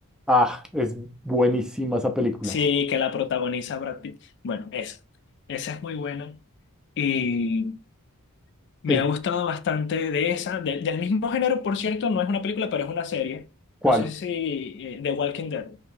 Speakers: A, in the centre; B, on the left.
A: Ah, es buenísima esa película.
B: Sí, que la protagoniza Brad Pitt. Bueno, esa. Esa es muy buena. Y me
A: Es,
B: ha gustado bastante de esa. de- del mismo género, por cierto, no es una película, pero es una serie.
A: ¿cuál?
B: No sé si... eh, The Walking Dead.